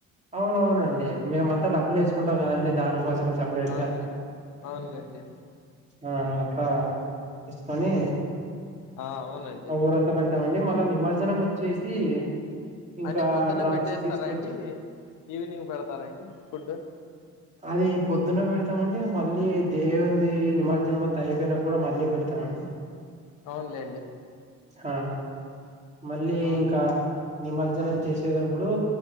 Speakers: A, on the right (about 25°); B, on the left (about 80°).
A: అవునవునండి మేమ అంతా డబ్బులు వేసుకుాం కదండి దానికోసం సపరేట్గా
B: ఆ అవునులేండి
A: ఆ అక్క తీసుకొని
B: ఆ అవునండి
A: ఆ ఊరంత పెడతామండి మళ్ళా నిమజ్జనం వచ్చేసి ఇంకా
B: అంటే పొద్దున్న
A: డ్రమ్స్
B: పెట్టేస్తారా
A: తీసుకొచ్చి
B: అండి ఈవినింగ్ పెడతారండి ఫుడ్
A: అది పొద్దున్న పెడతామండి మళ్ళీ దేవు ఉంది నిమజ్జనం అంతా అయిపోయినా కూడా మళ్ళీ పెడతామండి
B: అవునులేండి
A: ఆ మళ్ళీ
B: ఆ
A: ఇంకా నిమజ్జనం చేసేటప్పుడు